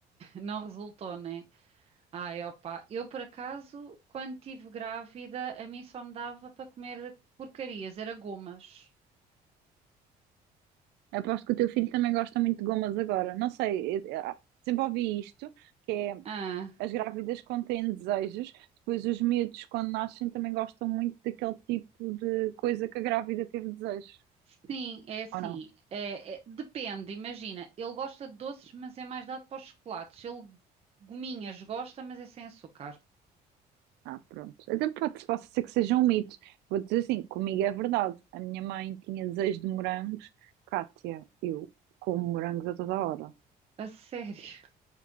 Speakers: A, on the right; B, on the right.
A: não resultou, né? Ai, opa, eu por acaso, quando estive grávida, a mim só me dava para comer porcarias, era gomas.
B: Aposto que o teu filho também gosta muito de gomas agora. Não sei, eu- eu- sempre ouvi isto, que é
A: Ah,
B: as grávidas contêm desejos, depois os miúdos quando nascem também gostam muito daquele tipo de coisa que a grávida teve desejos,
A: sim, é assim.
B: ou não?
A: É- é- depende, imagina. Ele gosta de doces, mas é mais dado para os chocolates. Ele, gominhas, gosta, mas é sem açúcar.
B: Ah, pronto. Até pode, pode ser que seja um mito. Vou dizer assim, comigo é verdade. A minha mãe tinha desejo de morangos. Cátia, eu como morangos a toda hora.
A: A sério.